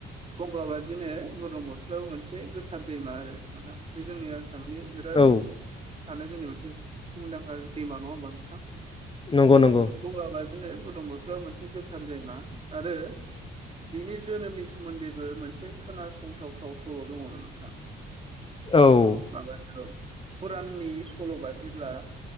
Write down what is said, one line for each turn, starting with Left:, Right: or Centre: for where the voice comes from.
Right: गंगबादिनो बुरलुंबुथुर आबो मोनसे गोथार दैमा आरो नोंथां बे जोंनिया आसामनि बिराद
Left: औ
Right: थानाय जोंनि मोनसे मुंदांखा दैमा नङा होमबा नोंथां
Left: नंगौ नंगौ
Right: गंगाबादिनो बुरलुंबुथुर राबो मोनसे गोथार दैमा आरो बिनि जोनोमनि सोमोन्दैबो मोनसे खोनासंथावथाव सल' दङ नोंथाङा
Left: औ
Right: माबा औ फुराननि सल'बा जेब्ला